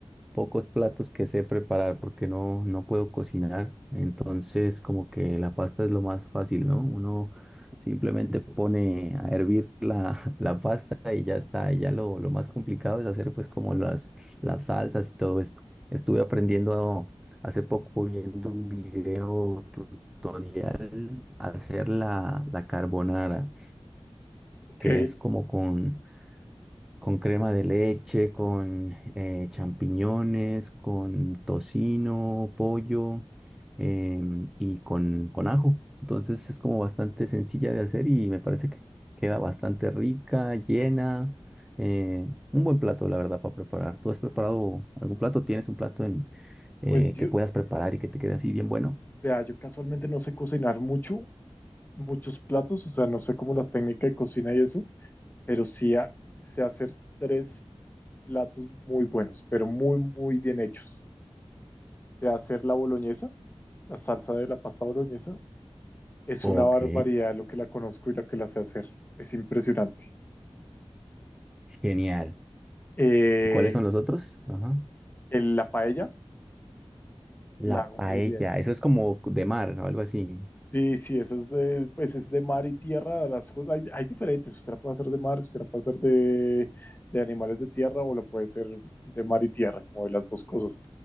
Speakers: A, in the centre; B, on the left.
A: pocos platos que sé preparar porque no, no puedo cocinar. Entonces como que la pasta es lo más fácil, ¿no? Uno simplemente pone a hervir la, <laughs> la pasta y ya está. Y ya lo, lo más complicado es hacer pues como las, las salsas y todo esto. Estuve aprendiendo hace poco viendo un video tutorial hacer la, la carbonara
B: Ok,
A: que es como con con crema de leche, con eh, champiñones, con tocino, pollo em, y con, con ajo. Entonces es como bastante sencilla de hacer y me parece que queda bastante rica, llena. eh, un buen plato, la verdad, para preparar. ¿Tú has preparado algún plato? ¿Tienes un plato en, eh,
B: pues yo,
A: que puedas preparar y que te quede así bien bueno?
B: vea, yo casualmente no sé cocinar mucho, muchos platos, o sea, no sé cómo la técnica de cocina y eso, pero sí a- sé hacer tres platos muy buenos, pero muy, muy bien hechos. Sé hacer la boloñesa La salsa de la pasta boloñesa es
A: Ok,
B: una barbaridad lo que la conozco y lo que la sé hacer. Es impresionante.
A: genial.
B: Eh,
A: ¿Y cuáles son los otros? Ajá.
B: el- la paella
A: La
B: la hago
A: paella,
B: muy bien.
A: eso es como de mar o algo así.
B: Sí, sí, esa es de, pues es de mar y tierra, las cosas, hay, hay diferentes, usted la puede hacer de mar, usted la puede hacer de, de animales de tierra o la puede hacer de mar y tierra, como de las dos cosas.